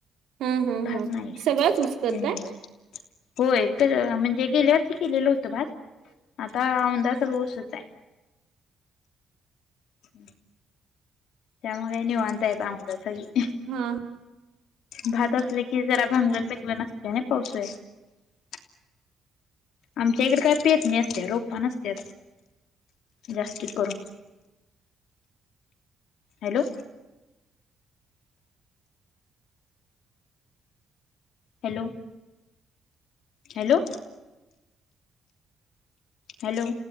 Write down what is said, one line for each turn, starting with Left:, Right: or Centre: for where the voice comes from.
Right: हा हा
Left: भात
Right: हा
Left: नाही,
Right: सगळंच ऊस करताय
Left: म् होयच म्हणजे. <unintelligible> <unintelligible> केलेल होतं भात, आता औंंदा सगळ ऊसच हाय. हम्म त्यामुळे निवांत येत औंदा सगळी.
Right: हम.
Left: भात असले की जरा भांगल- बिंगल नसते ना पावसाळ्यात. आमच्या इकडे काय पेरणी असते रोप नस्त्यात. जास्ती. <unintelligible> हॅलो. हॅलो. Hello hello